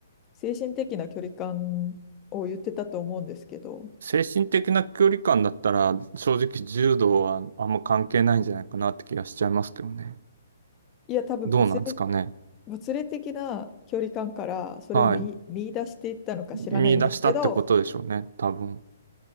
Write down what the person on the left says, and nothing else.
精神的な距離感を言ってたと思うんですけど、
いや多分物理、
物理的な距離感からそれを見、
見出していったのか知らないんですけど、